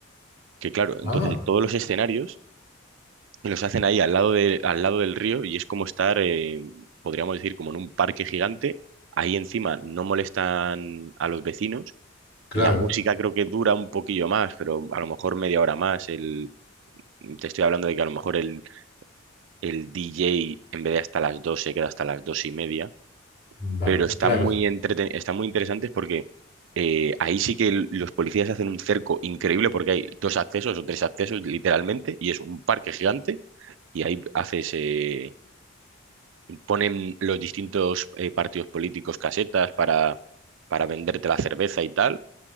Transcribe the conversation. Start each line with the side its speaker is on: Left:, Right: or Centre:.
Right: que claro, entonces
Left: Ah,
Right: todos los escenarios los hacen ahí al lado de- al lado del río y es como estar, eh, podríamos decir, como en un parque gigante. Ahí encima no molestan a los vecinos.
Left: claro,
Right: La música creo que dura un poquillo más, pero a lo mejor media hora más. El, te estoy hablando de que a lo mejor el, el DJ en vez de hasta las 2 se queda hasta las dos y media
Left: vale,
Right: pero están
Left: claro.
Right: muy
Left: sí.
Right: entreten están muy interesantes porque eh, ahí sí que l- los policías hacen un cerco increíble porque hay dos accesos o tres accesos literalmente y es un parque gigante y ahí haces eh, ponen los distintos eh, partidos políticos casetas para para venderte la cerveza y tal.